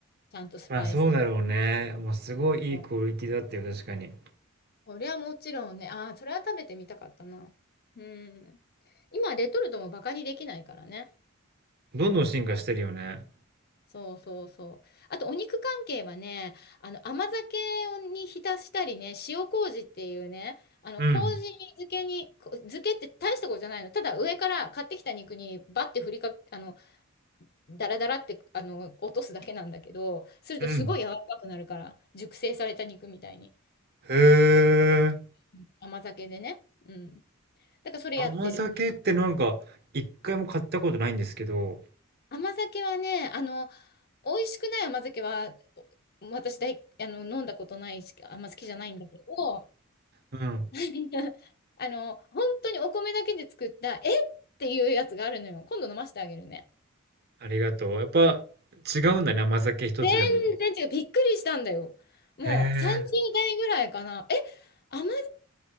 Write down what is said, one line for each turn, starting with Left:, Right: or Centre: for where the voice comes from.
Left: ちゃんとスパイスとか
Right: まあそうだろうね。まあすごいいいクオリティだったよ、
Left: も。
Right: 確かに。
Left: それはもちろんね、ああ、それは食べてみたかったな。うん。今、レトルトもバカにできないからね。
Right: どんどん進化してるよね。
Left: そうそうそう。あと、お肉関係はね、あの、甘酒に浸したりね、塩麹っていうね、あの、
Right: うん。
Left: 麹漬けに、こ漬けって大したことじゃないの。ただ、上から買ってきた肉にバッて振りか、あの、ダラダラってあの落とすだけなんだけど、するとすごい柔らかくなるから、
Right: うん。
Left: 熟成された肉みたいに。
Right: へえ。
Left: うん甘酒でね。うん。だからそれやってる。
Right: 甘酒ってなんか一回も買ったことないんですけど、
Left: 甘酒はね、あの、美味しくない甘酒は、お私大あの、飲んだことないし、あんま好きじゃないんだけど、
Right: うん。
Left: <laughs> あの、本当にお米だけで作った、えっていうやつがあるのよ。今度飲ませてあげるね。
Right: ありがとう。やっぱ違うんだね、甘酒一つでも。
Left: 全然違う。びっくりしたんだよ。もう30代ぐらいかな。
Right: へえ。
Left: え、甘酒